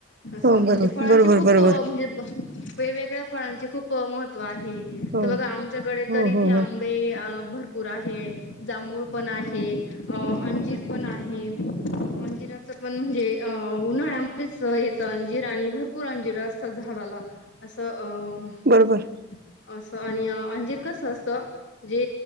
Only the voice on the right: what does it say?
हो बरोबर
बरोबर
बरोबर
हो
हो
हो हो
बरोबर